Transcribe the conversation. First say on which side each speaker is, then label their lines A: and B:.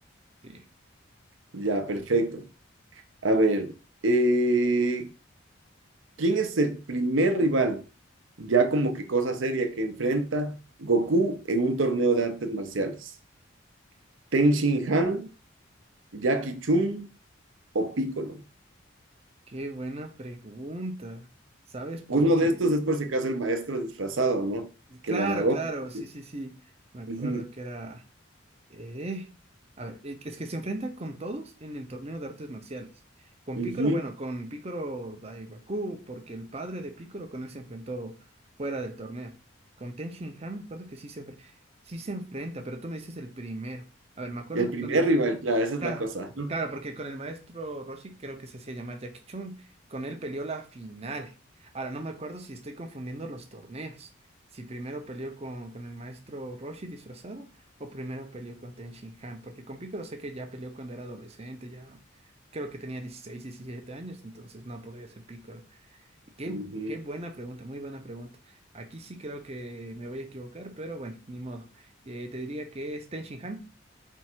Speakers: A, on the right (about 30°); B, on the right (about 75°).
A: Sí.
B: Ya, perfecto. A ver, eh, ¿quién es el primer rival, ya como que cosa seria, que enfrenta Goku en un torneo de artes marciales? ¿Ten Shin Han, Jackie Chun o Piccolo?
A: Qué buena pregunta. ¿Sabes por
B: Uno
A: qué?
B: de estos es por si acaso el maestro disfrazado, ¿no? Que
A: Claro,
B: lo amagó.
A: claro, sí,
B: <laughs>
A: sí, sí. Me acuerdo
B: Ujú,
A: que era... eh, A ver, eh, es que se enfrenta con todos en el torneo de artes marciales. Con
B: ujú.
A: Picoro, bueno, con Picoro Daibaku, porque el padre de Picoro con él se enfrentó fuera del torneo. Con Ten Shin Han, me acuerdo que sí se, enfre- sí se enfrenta, pero tú me dices el primero. A ver, me acuerdo
B: El primer
A: que con el,
B: rival, claro, esa es
A: Ah,
B: la cosa.
A: claro, porque con el maestro Roshi creo que se hacía llamar Jackie Chun. Con él peleó la final. Ahora no me acuerdo si estoy confundiendo los torneos. Si primero peleó con, con el maestro Roshi disfrazado o primero peleó con Ten Shin Han. Porque con Piccolo sé que ya peleó cuando era adolescente, ya creo que tenía 16, 17 años, entonces no podría ser Piccolo. Y Qué,
B: Ujú.
A: qué buena pregunta, muy buena pregunta. Aquí sí creo que me voy a equivocar, pero bueno, ni modo. Eh, te diría que es Ten Shin Han.